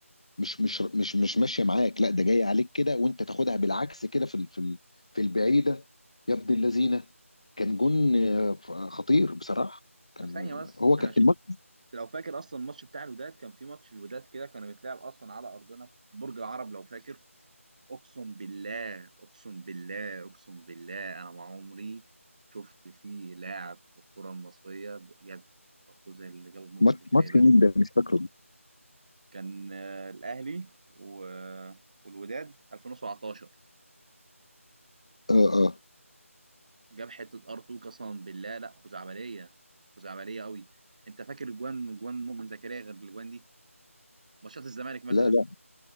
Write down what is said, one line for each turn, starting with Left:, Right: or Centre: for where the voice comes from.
Left: مش مش مش مش ماشيه معاك لا ده جايه عليك كده وانت تاخدها بالعكس كده في ال- في ال- في البعيده يا ابن اللذينه كان جون آه، خطير بصراحه كان
Right: طب ثانيه بس
Left: هو كان
Right: انا شفت
Left: الماتش
Right: لو فاكر اصلا الماتش بتاع الوداد كان في ماتش الوداد كده كانوا بيتلعب اصلا على ارضنا في برج العرب لو فاكر اقسم بالله اقسم بالله اقسم بالله انا ما عمري شفت فيه لاعب في الكرة المصرية جاب ارقام زي اللي جابه مؤمن
Left: ماتش
Right: زكريا
Left: ماتش
Right: ده
Left: مين ده مش فاكره
Right: كان آه، الاهلي و... والوداد 2017
Left: اه اه
Right: جاب حتة ار2 قسما بالله لا خزعبلية خزعبلية قوي انت فاكر جوان جوان مؤمن زكريا غير الجوان دي ماتشات الزمالك مثلا
Left: لا لا